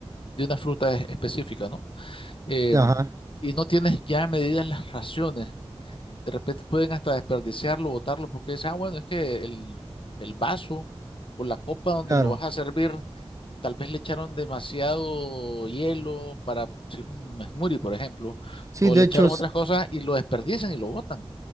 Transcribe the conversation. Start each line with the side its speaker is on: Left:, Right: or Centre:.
Left: de una fruta es- específica, ¿no? Eh,
Right: Ajá,
Left: y no tienes ya medidas las raciones, de repente pueden hasta desperdiciarlo, botarlo, porque dicen, ah, bueno, es que el, el vaso o la copa donde
Right: claro.
Left: lo vas a servir Tal vez le echaron demasiado hielo para si es un smoothie, por ejemplo,
Right: Sí,
Left: o
Right: de
Left: le
Right: hecho,
Left: echaron
Right: s-
Left: otras cosas y lo desperdician y lo botan.